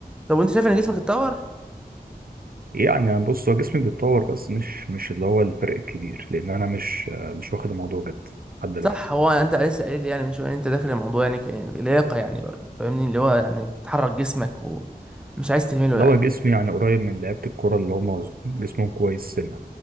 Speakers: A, in the centre; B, on the right.
A: طب وانت شايف ان جسمك اتطور
B: يعني أنا بص هو جسمي بيتطور بس مش مش اللي هو الفرق الكبير لأن أنا مش مش واخد الموضوع جد لحد دلوقتي
A: صح هو انت لسه قايل لي يعني من شويه إن انت داخل الموضوع يعني ك- لياقه يعني برضه فاهمني اللي هو يعني بتحرك جسمك ومش عايز تهمله
B: اللي
A: يعني
B: هو جسمي يعني قريب من لعيبة الكورة اللي هم جسمهم كويس سنة